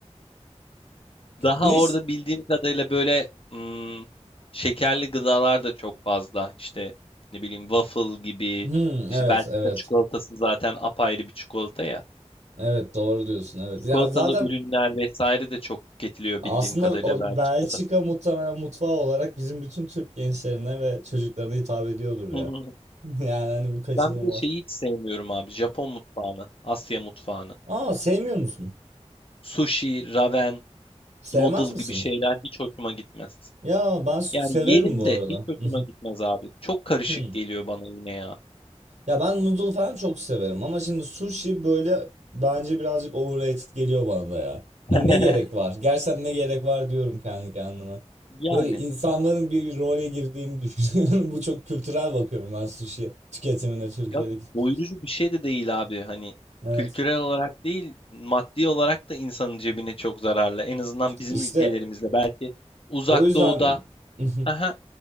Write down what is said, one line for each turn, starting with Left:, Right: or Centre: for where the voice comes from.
Left: Daha
Right: Bir de
Left: orada
Right: ş-
Left: bildiğim kadarıyla böyle hmm, şekerli gıdalar da çok fazla. İşte ne bileyim waffle gibi.
Right: <laughs> Hmm,
Left: İşte
Right: evet
Left: Belçika
Right: evet.
Left: çikolatası zaten apayrı bir çikolata ya.
Right: Evet doğru diyorsun evet.
Left: Çikolatalı
Right: Ya zaten
Left: ürünler vesaire de çok tüketiliyor
Right: Aslında
Left: bildiğim kadarıyla
Right: o
Left: Belçika'da.
Right: Belçika
Left: <laughs>
Right: muhtemelen mutfağı olarak bizim bütün Türk gençlerine ve çocuklarına hitap ediyordur
Left: Hı
Right: ya.
Left: hı.
Right: <laughs> Yani hani bu kaçınılmaz.
Left: Ben bir de şeyi hiç sevmiyorum abi. Japon mutfağını, Asya mutfağını.
Right: Aa sevmiyor musun?
Left: Sushi, ramen,
Right: Sevmez
Left: noodle
Right: misin?
Left: gibi şeyler hiç hoşuma gitmez.
Right: Ya ben s-
Left: Yani
Right: severim
Left: yerim
Right: bu
Left: de
Right: arada.
Left: hiç hoşuma
Right: <laughs>
Left: gitmez abi. Çok karışık
Right: Hmm.
Left: geliyor bana yine ya.
Right: Ya ben noodle falan çok severim ama şimdi sushi böyle bence birazcık overrated geliyor bana da ya.
Left: <laughs>
Right: Hani ne gerek var? Gerçekten ne gerek var diyorum kendi kendime.
Left: Yani
Right: Böyle insanların bir role girdiğini düşünüyorum. <laughs> Bu çok kültürel bakıyorum ben sushi tüketimine Türkiye'deki.
Left: ya doyurucu
Right: sushi.
Left: bir şey de değil abi. Hani
Right: Evet.
Left: kültürel olarak değil, maddi olarak da insanın cebine çok zararlı. En azından bizim
Right: İşte
Left: ülkelerimizde belki uzak
Right: o yüzden
Left: doğuda,
Right: <laughs>
Left: aha,